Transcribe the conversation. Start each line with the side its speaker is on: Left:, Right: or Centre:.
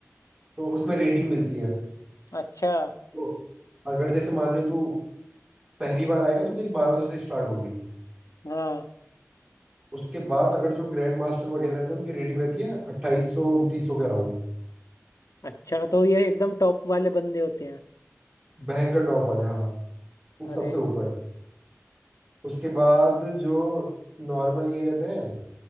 Right: तो उसमें रेटिंग मिलती है
Left: अच्छा
Right: तो अगर जैसे मान ले तू पहली बार आएगा तो तेरी बारह सौ से स्टार्ट होगी
Left: हाँ
Right: उसके बाद अगर जो ग्रैंड मास्टर वगैरह रहते हैं उनकी रेटिंग रहती है अट्ठाईस सौ उनतीस सौ के अराउंड
Left: अच्छा तो ये एकदम टॉप वाले बंदे होते हैं
Right: भयंकर टॉप वाले हाँ वो
Left: अरे
Right: सबसे ऊपर उसके बाद जो नॉर्मल ये रहते हैं